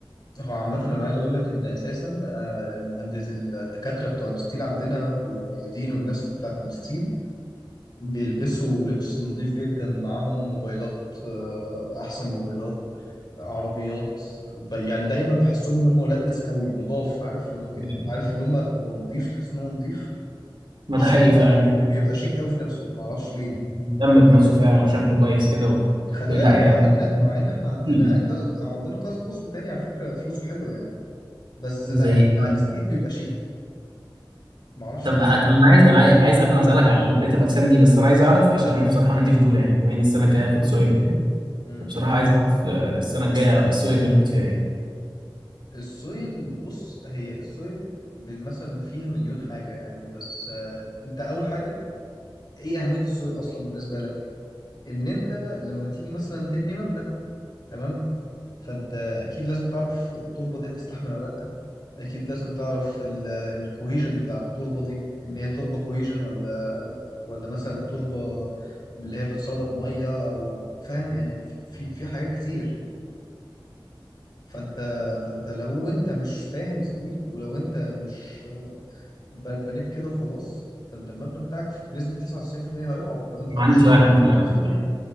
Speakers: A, on the left; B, on the right.
A: هو عامة انا عايز اقول لك ان اساسا آه، المهندس الدكاترة بتوع الستيل عندنا والمعيدين والناس بتاعت الستيل بيلبسوا لبس نظيف جدا معاهم موبايلات آه، احسن موبايلات عربيات ب- يعني دايما بحسهم ان هم ولاد ناس قوي نضاف عارف اللي هو كده
B: <laughs>
A: عارف اللي هم هو نضيف تحس ان هو نضيف
B: ما
A: شيك
B: ده حقيقي فعلا
A: قوي بيبقى بيبقى شيك قوي في نفسه معرفش ليه
B: مهتم بنفسه فعلا وشكله كويس كده و...
A: خلي
B: لا
A: بالك
B: يعني
A: مع ان مع ان احنا عندنا
B: كتير
A: كذا عندنا كذا قسم تاني على فكره فلوسه حلوه يعني بس
B: زي
A: لا
B: ايه
A: بتاع
B: مثلا؟
A: الستيل بيبقى شيك معرفش
B: طب
A: ليه
B: ه- طب انا عايز انا عاي- عايز قبل ما اسالك على بقيه الاقسام دي بس انا عايز اعرف عشان انا بصراحه عندي فضول يعني بما اني السنه الجايه
A: مم.
B: هاخد سويل وكده
A: مم.
B: فبصراحه عايز اعرف آه، السنه الجايه السويل بناخد فيها ايه
A: السويل بص هي السويل ب- مثلا فيها مليون حاجه يعني بس آه، انت اول حاجه ايه اهميه السويل اصلا بالنسبه لك ان انت لما تيجي مثلا تبني مبنى تمام فانت اكيد لازم تعرف التربه دي هتستحمل ولا اكيد لازم تعرف الكوهيجن بتاع التربه دي ان هي تربه كوهيجن ولا ولا مثلا تربه اللي هي بتسرب ميه او فاهم يعني في في حاجات كتير فانت فانت لو انت مش فاهم ستيل ولو انت مش ب- بنيت كده وخلاص فانت المبنى بتاعك بنسبه 99% هيقع لو انت مش
B: عندي سؤال
A: عامل
B: عندي
A: حساب
B: سؤال
A: للسويل
B: عندي